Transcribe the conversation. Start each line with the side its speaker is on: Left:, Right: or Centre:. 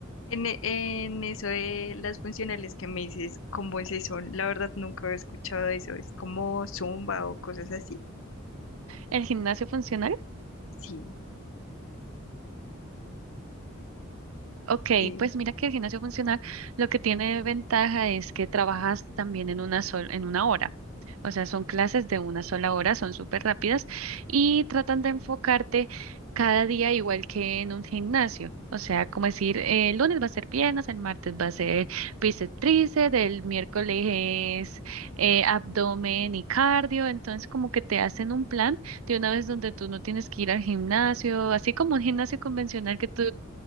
Left: En, e- en eso de las funcionales que me dices, ¿cómo es eso? La verdad nunca he escuchado eso. ¿Es como zumba o cosas así?
Right: ¿El gimnasio funcional?
Left: Sí,
Right: Ok,
Left: sí.
Right: pues mira que el gimnasio funcional lo que tiene de ventaja es que trabajas también en una sol- en una hora. O sea, son clases de una sola hora, son súper rápidas y tratan de enfocarte cada día igual que en un gimnasio. O sea, como decir, eh, el lunes va a ser piernas, el martes va a ser bíceps, tríceps, el miércoles es eh, abdomen y cardio. Entonces, como que te hacen un plan de una vez donde tú no tienes que ir al gimnasio, así como un gimnasio convencional que tú